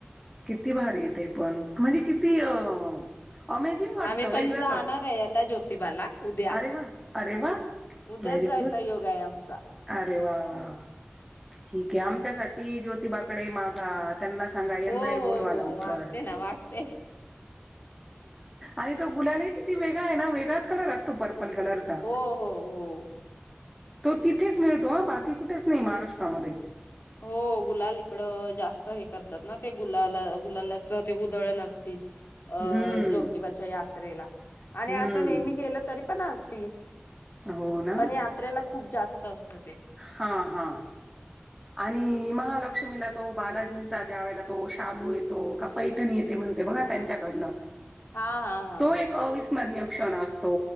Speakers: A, in the centre; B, on the left.
A: <inaudible> किती भारी ये ते पण म्हणजे किती अ अमेझिंग वाटतं
B: आम्ही पण
A: वेगळंच
B: जाणार
A: वाटत
B: आहे आता ज्योतिबाला उद्या
A: अरे वा अरे वा
B: उद्याच
A: व्हेरी
B: जायचा
A: गुड
B: योग आहे आम
A: अरे वा वा वा. ठीक आहे आमच्यासाठी ज्योतिबाकडे माघात त्यांना सांगा यांनाही
B: हो हो
A: बोलवा
B: हो
A: लवकर.
B: मागते ना मागते
A: आणि तो गुलालही किती वेगळा आहे ना वेगळाच कलर असतो पर पर्पल कलर चा.
B: हो हो हो
A: तिथेच मिळतो ह बाकी कुठेच नाही महाराष्ट्रामध्ये.
B: हो गुलाल इकडं जास्त हे करतात न ते गुलाला गुलालाच ते उधळण असती. अ
A: हम्म
B: जोतिबाच्या यात्रेला आणि
A: हम्म
B: असं नेहमी गेलं तरी पण असती.
A: हो ना.
B: पण यात्रेला खूप जास्त असत ते.
A: हा हा. आणि महालक्ष्मीला तो बालाजींचा ज्या वेळेला तो शालू येतो, का पैथणी येते म्हणते बघा त्यांच्याकडन
B: हा हा हा
A: तो एक अवि स्मरणीय क्षण असतो.